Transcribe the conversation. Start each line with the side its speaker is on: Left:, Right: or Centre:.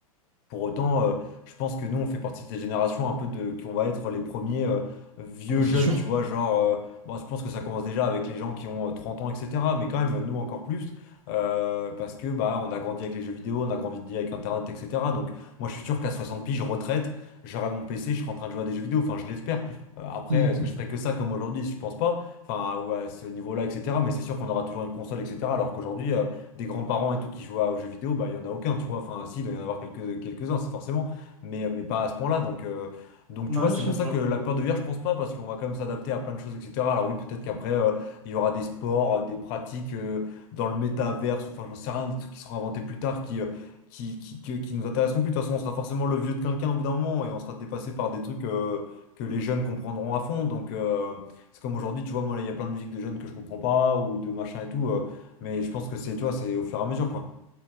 Left: pour autant, euh, je pense que nous, on fait partie de cette génération un peu de, qu'on va être les premiers euh, vieux
Right: Ah bah c'est
Left: jeunes,
Right: sûr.
Left: tu vois, genre, euh, bon, je pense que ça commence déjà avec les gens qui ont euh, 30 ans, etc. Mais quand même, nous encore plus, euh, parce que bah, on a grandi avec les jeux vidéo, on a grandi avec Internet, etc. Donc, moi, je suis sûr qu'à 60 piges, je retraite, j'aurai mon PC, je serai en train de jouer à des jeux vidéo, enfin, je l'espère. Euh, après,
Right: Mmh,
Left: est-ce que je ferai que ça comme aujourd'hui? Je pense pas, enfin, ou à ce niveau-là, etc. Mais c'est sûr qu'on aura toujours une console, etc. Alors qu'aujourd'hui, euh, des grands-parents et tout qui jouent à- aux jeux vidéo, bah, il n'y en a aucun, tu vois. Enfin, si, il doit y en avoir quelques, quelques-uns, c'est forcément, mais, euh, mais pas à ce point-là. Donc, euh, donc,
Right: mmh.
Left: tu vois,
Right: Ouais,
Left: c'est
Right: je sais
Left: pour
Right: pas.
Left: ça que la peur de vieillir, je pense pas, parce qu'on va quand même s'adapter à plein de choses, etc. Alors, oui, peut-être qu'après, euh, il y aura des sports, euh, des pratiques euh, dans le métaverse, ou enfin, j'en sais rien, des trucs qui seront inventés plus tard qui. euh, qui, qui, que- qui nous intéresseront plus. De toute façon, on sera forcément le vieux de quelqu'un au bout d'un moment et on sera dépassé par des trucs euh, que les jeunes comprendront à fond. Donc, euh, c'est comme aujourd'hui, tu vois, moi, là, il y a plein de musique de jeunes que je comprends pas ou de machin et tout. euh, mais je pense que c'est, tu vois, c'est au fur et à mesure, quoi.